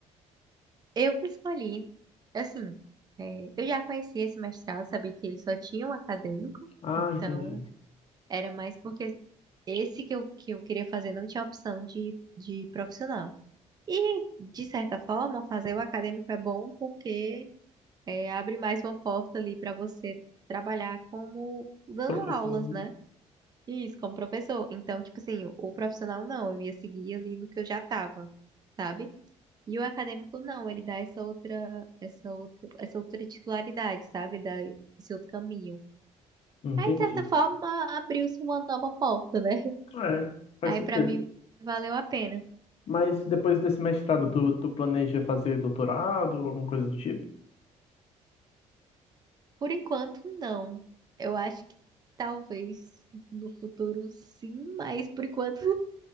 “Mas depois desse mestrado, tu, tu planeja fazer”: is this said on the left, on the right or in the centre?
Left